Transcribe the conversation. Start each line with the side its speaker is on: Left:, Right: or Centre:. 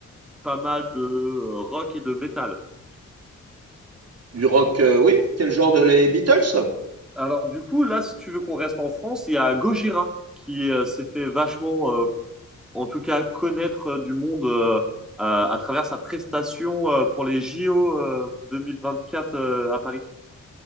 Centre: pas mal de euh, rock et de métal.
Right: Du rock, euh, oui? Quel genre de les Beatles?
Centre: Alors, du coup, là, si tu veux qu'on reste en France, il y a Gojira qui euh, s'est fait vachement, euh, en tout cas, connaître euh, du monde euh, euh, à travers sa prestation euh, pour les JO euh, 2024 euh, à Paris.